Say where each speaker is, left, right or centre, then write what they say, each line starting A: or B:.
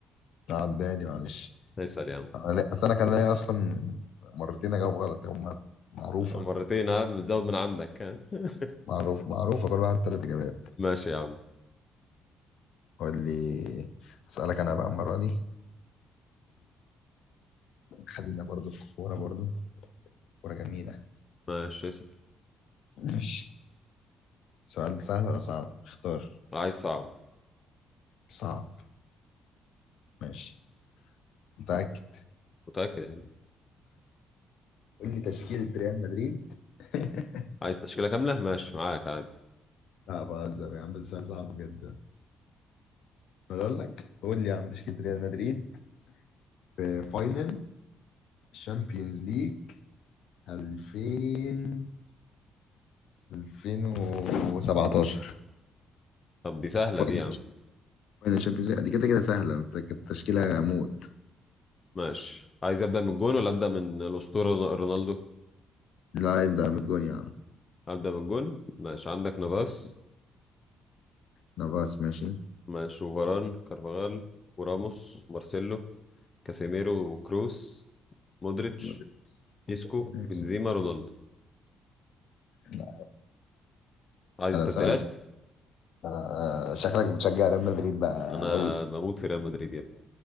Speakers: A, on the left (about 75°); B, on the left (about 30°).
A: عداني معلش
B: اسال يا عم
A: انا لا- اصل انا كان ليا اصلا مرتين اجاوب غلط هما معروفة
B: مرتين ها بتزود من عندك ها <laughs>
A: معروف معروفة كل واحد تلات اجابات
B: ماشي يا عم
A: قول لي اسألك انا بقى المرة دي خلينا برضو في الكورة برضو كورة جميلة
B: ماشي اسال
A: ماشي سؤال سهل ولا صعب اختار
B: عايز صعب
A: صعب ماشي متأكد
B: متاكد يا عم
A: قول لي تشكيلة ريال مدريد <laughs>
B: عايز تشكيله كامله ماشي معاك عادي
A: لا بهزر يا عم السؤال صعب جدا بقول لك قول لي يا عم تشكيلة ريال مدريد في فاينل الشامبيونز ليج 2000 2017
B: طب دي سهله
A: فاينل
B: دي يا عم
A: فاينل شامبيونز ليج دي كده كده سهلة انت كانت تشكيلة موت
B: ماشي عايز ابدا من الجون ولا ابدا من الاسطوره رونالدو
A: لا يبدأ من الجون يا عم
B: ابدا من الجون ماشي عندك نافاس
A: نافاس ماشي
B: ماشي وفاران كارفاغال وراموس مارسيلو كاسيميرو وكروس مودريتش
A: مودريتش
B: إيسكو
A: ماشي
B: بنزيما رونالدو
A: لا
B: عايز
A: انا
B: تبديلات
A: سأل سأل. آه، شكلك بتشجع ريال مدريد بقى
B: انا
A: قوي
B: بموت في ريال مدريد يا ابني